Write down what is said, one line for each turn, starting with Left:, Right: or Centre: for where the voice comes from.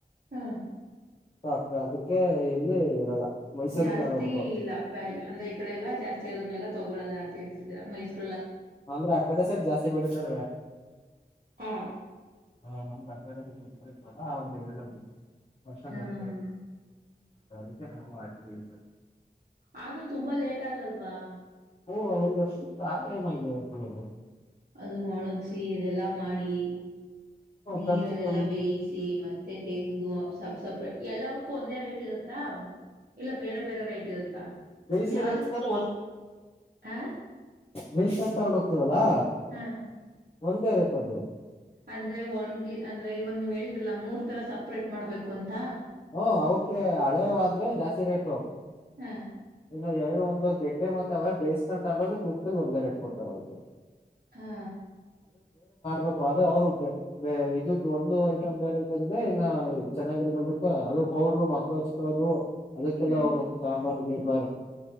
Right: ಹಾ
Left: ಸಾಕ ಅದಕ್ಕೆ ಇಲ್ಲಿ ಇರಲ್ಲ ಮೈಸೂರಿಗೆ
Right: ಜಾಸ್ತಿ
Left: ತಗೊಂಡ ಹೋಗ್ಬೇಕು
Right: ಇಲ್ಲ ವ್ಯಾಲಿ ಅಂದ್ರೆ ಈ ಕಡೆ ಎಲ್ಲಾ ಜಾಸ್ತಿ ಆದದನ್ನೆಲ್ಲ ತಗೊಳಲ್ಲ ಅಂತ ಹೇಳ್ತಿದರ ಮೈಸೂರ್
Left: ಅಂದ್ರೆ ಆ ಕಡೆ ಸೈಡ್ ಜಾಸ್ತಿ ಬೆಳಿತಾರ
Right: ಹ
Left: ಹಾ ನಮ್ಗ್ ಅಕಾಡೆಮಿ ಎಂತ ಇದಿದ್ರಲ್ಲ ಅವ್ರು ಹೇಳಲ್ಲರು ಅಷ
Right: ಹ್ಮ್
Left: ಬತ <unintelligible> ಅದಿಕೆ ನಾವು ಹಾಕಿದೀವಿ ಸರ್
Right: ಆದ್ರೂ ತುಂಬಾ ಲೇಟ್ ಆಗಲ್ವಾ
Left: ಹ ಅವು ಮಾಡವ <unintelligible>
Right: ಅದನ್ನು ಒಣಗಸಿ ಅದೆಲ್ಲಾ ಮಾಡಿ ನೀರಲ್ಲೆಲ್ಲ
Left: ಖರ್ಚು ಕಮ್ಮಿ
Right: ಬೇಯಿಸಿ ಮತ್ತೆ ತೆಗ್ದು ಸಪ್ ಸಪ್ರೇಟ್ ಎಲ್ಲ ಹತ್ಕ್ಕೂ ಒಂದೇ ರೈಟ್ ಇರುತ್ತಾ ಇಲ್ಲ ಬೇರೆ ಬೇರೆ ರೈಟ್ ಇರುತ್ತಾ
Left: ಬೇಯಿಸಿರೋದಕ್ಕಿಂತ
Right: ಯಾವ್ದ ಆ
Left: ಬೇಯಿಸ್ಕೊಂಡು ತಗೊಂಡ ಹೋಗ್ತಿವಲ್ಲ ಲಾ
Right: ಹ
Left: ಒಂದೇ ರತದು
Right: ಅಂದ್ರೆ ಒಣಗಿ ಅಂದ್ರೆ ಇವಾಗ ನೀವ್ ಹೇಳಿದ್ರಲ್ಲ ಮೂರ್ ತರ ಸಪ್ರೇಟ್ ಮಾಡ್ಬೇಕು ಅಂತ
Left: ಹ ಅವಕೆ ಹಳೇವ್ ಆದ್ರೆ ಜಾಸ್ತಿ ರೇಟ್
Right: ಹ
Left: ಇನ್ನು ಎರಡು ಒಂದು ಗೆಟ್ ಮತ್ತೆ ಅವ್ರ ಬೇಯಿಸಿಕೊಂಡು ತಗೊಂಡೋದ್ರೆ ತೂಕ್ದಲ್ಲಿ ಒಂದೇ ರೇಟ್ ಕೊಡ್ತಾರೆ ಅದ್ಕೇನ್
Right: ಹಾ
Left: ಬೇಕು ಆದ್ರೆ ಅವ್ರು ಇದದ್ ಒಂದು ಐಟಮ್ ಬೇರೆದ್ರೆ ತಗದ್ರೆ ಇನ್ನ ಚೆನ್ನಾಗಿರ ಮ ಅದು ಪೌಡ್ರು ಮೊಕ್ಕ ಹಚ್ಕೊಳ್ಳೋದು ಅದಕ್ಕೆಲ್ಲ
Right: ಹ್ಮ್
Left: ಹೋಗುತ್ತು ಸಾಂಬಾರ್ ಮಾರ